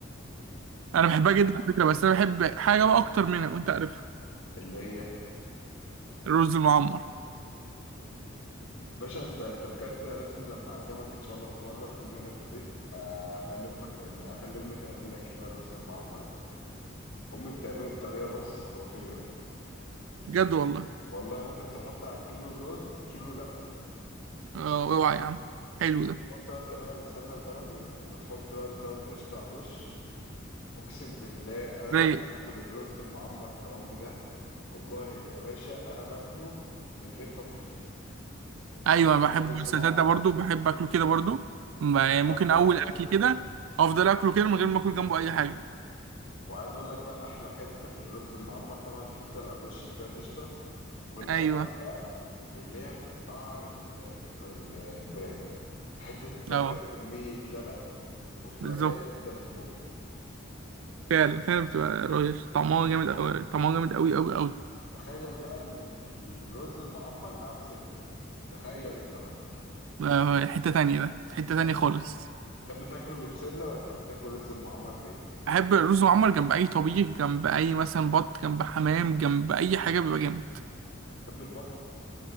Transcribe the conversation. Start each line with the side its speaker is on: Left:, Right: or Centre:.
Right: أنا بحبها جدا على فكرة بس أنا بحب حاجة بقى أكتر منها وأنت عارفها
Left: <laughs> اللي هي
Right: الرز المعمر
Left: باشا انت انت بجد لازم لما اعزمك ان شاء الله في مره في يوم هنا في البيت آه، اخلي امك تعمل اخلي امي تعمل لك ايه بقى الرز المعمر ده امي بتعمله بطريقه بص خرافيه
Right: بجد والله
Left: والله ممكن تحط على الكيلو الرز كيلو لبن
Right: آه، أوعى يا عم حلو
Left: وبتحط
Right: ده
Left: بقى بتعملها بالسمنه البلدي وبتحط بقى بتزود قشطه على الوش اقسم بالله انا
Right: رايق
Left: لما باكل الرز المعمر بتاع امي ده والله يا باشا انا باكله من غير طبيخ
Right: أيوة
Left: لما
Right: بحب
Left: تعمل رز
Right: السلطات
Left: معمر
Right: ده برضو بحب أكله كده برضو ما- يعني
Left: لا
Right: ممكن أول
Left: لا لا
Right: أكل كده أفضل أكله كده من غير ما أكل جنبه أي حاجة
Left: وعايز اقول لك بقى احلى حته في الرز المعمر طبعا الحته اللي على الوش اللي فيها القشطه والاجمد
Right: أيوة
Left: بقى اللي هي في قعر ال- الط- ال- البرام الحته دي بتبقى
Right: أه
Left: فيها كميه لبن وبتبقى
Right: بالظبط
Left: كده زبده في البق
Right: فعلا فعلا بتبقى رايق طعمها جامد أوي طعمها جامد أوي أوي أوي
Left: تخيل بقى ال- الرز المعمر معاه بسله تخيل انت بقى
Right: آه، حتة تانية ده في حتة
Left: أنا-
Right: تانية خالص
Left: تحب تاكله ببسله ولا تحب تاكل رز المعمر بايه
Right: أحب الرز معمر جنب أي طبيخ جنب أي مثلا بط جنب حمام جنب أي حاجة بيبقى جامد
Left: تحب البط